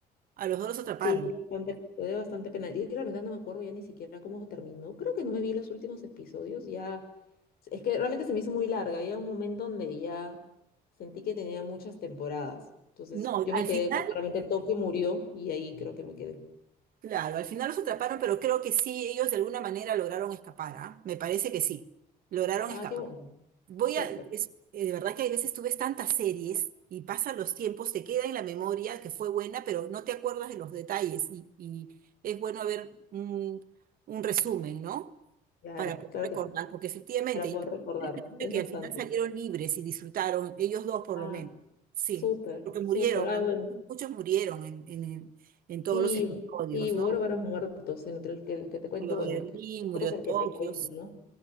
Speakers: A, on the right (about 55°); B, on the left (about 65°).
A: a los dos los atraparon.
B: Sí, bastante, lo bastante penal. Y realmente no me acuerdo ya ni siquiera cómo terminó. Creo que no me vi los últimos episodios. Ya, es que realmente se me hizo muy larga. Había un momento donde ya sentí que tenía muchas temporadas. Entonces
A: No,
B: yo
A: al
B: me quedé
A: final,
B: cuando realmente Tokio murió y ahí creo que me quedé.
A: claro, al final los atraparon, pero creo que sí, ellos de alguna manera lograron escapar, ¿ah? Me parece que sí, lograron
B: Ah,
A: escapar.
B: qué bueno.
A: voy
B: Súper.
A: a, es, eh, de verdad que hay veces tú ves tantas series y pasan los tiempos, te queda en la memoria que fue buena, pero no te acuerdas de los detalles y, y es bueno ver un, un resumen, ¿no?
B: Claro,
A: Para poder
B: claro
A: recordar,
B: que sí.
A: porque efectivamente,
B: Para
A: y
B: poder recordar.
A: piensa
B: Es
A: que
B: bastante.
A: al final salieron libres y disfrutaron, ellos dos por
B: Ah,
A: lo menos, sí,
B: súper,
A: porque
B: súper.
A: murieron,
B: Ay,
A: a
B: bueno.
A: mu- muchos murieron en, en, en todos
B: Sí,
A: los episodios,
B: sí, bárbaros
A: ¿no?
B: muertos. Entre el que, los que te cuento,
A: Murió
B: bueno,
A: Berlín,
B: el que
A: murió
B: muertos el
A: Tokio,
B: que te cuento, ¿no?